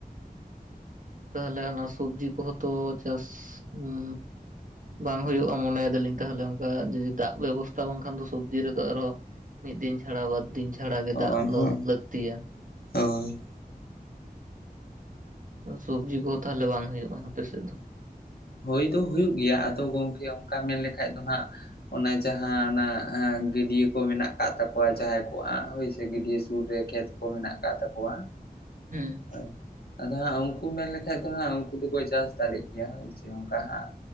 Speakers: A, on the right; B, on the left.
A: ᱛᱟᱦᱞᱮ ᱚᱱᱟ ᱥᱚᱵᱡᱤ ᱠᱚᱦᱚᱸ ᱛᱚ ᱪᱟᱥ ᱦᱩᱸ ᱵᱟᱝ ᱦᱩᱭᱩᱜᱼᱟ ᱢᱚᱱᱮᱭ ᱫᱟᱞᱤᱧ ᱛᱟᱦᱞᱮ ᱚᱝᱠᱟ ᱡᱩᱫᱤ ᱫᱟᱜ ᱵᱮᱵᱚᱥᱛᱟ ᱵᱟᱝ ᱠᱷᱟᱱ ᱫᱚ ᱥᱚᱵᱽᱡᱤ ᱨᱮᱫᱚ ᱟᱨᱦᱚᱸ ᱢᱤᱫ ᱫᱤᱱ ᱪᱷᱟᱲᱟ ᱵᱟᱨ ᱫᱤᱱ ᱪᱷᱟᱲᱟ
B: ᱦᱳᱭ
A: ᱜᱮ ᱫᱟᱜ ᱫᱚ
B: ᱦᱳᱭ
A: ᱞᱟᱹᱠᱛᱤᱭᱟ
B: ᱦᱳᱭ
A: ᱥᱚᱵᱽᱡᱤ ᱠᱚᱦᱚᱸ ᱛᱟᱦᱞᱮ ᱵᱟᱝ ᱦᱩᱭᱩᱜᱼᱟ ᱟᱯᱮᱥᱮᱫ ᱫᱚ
B: ᱦᱳᱭ ᱫᱚ ᱦᱩᱭᱩᱜ ᱜᱮᱭᱟ ᱟᱫᱚ ᱜᱚᱝᱠᱮ ᱚᱝᱠᱟ ᱢᱮᱱ ᱞᱮᱠᱷᱟᱡ ᱫᱚ ᱦᱟᱸᱜ ᱚᱱᱟ ᱡᱟᱦᱟᱸ ᱚᱱᱟ ᱜᱟᱹᱰᱭᱟᱹ ᱠᱚ ᱢᱮᱱᱟᱜ ᱠᱟᱜ ᱛᱟᱠᱚᱣᱟ ᱡᱟᱦᱟᱸᱭ ᱠᱚᱼᱣᱟᱜ ᱦᱳᱭ ᱥᱮ ᱜᱟᱹᱰᱭᱟᱹ ᱥᱩᱨ ᱨᱮ ᱠᱷᱮᱛ ᱢᱮᱱᱟᱜ ᱠᱟᱜ ᱛᱟᱠᱚᱣᱟ
A: ᱦᱩᱸ
B: ᱦᱳᱭ ᱟᱫᱚ ᱦᱟᱸᱜ ᱩᱝᱠᱩ ᱢᱮᱱ ᱞᱮᱠᱷᱟᱡ ᱫᱚ ᱦᱟᱸᱜ ᱩᱝᱠᱩ ᱫᱚᱠᱚ ᱪᱟᱥ ᱫᱟᱲᱮᱜ ᱜᱮᱭᱟ ᱦᱳᱭ ᱥᱮ ᱚᱝᱠᱟ ᱦᱟᱸᱜ